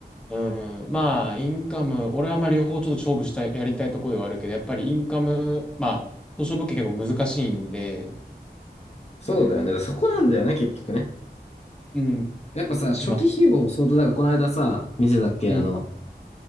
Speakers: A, in the centre; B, on the left (about 40°).
A: うん。まあ、インカム、俺はまあ両方ちょっと勝負したい、やりたいところではあるけど、やっぱりインカム、まあ、東証物件結構難しいんで、
B: そうだよね。
A: うん。
B: だからそこなんだよね、結局ね。
A: うん。
B: やっぱさ、初期費用相当だから、
A: まあ、
B: この間さ、見せたっけ、
A: うん。
B: あの、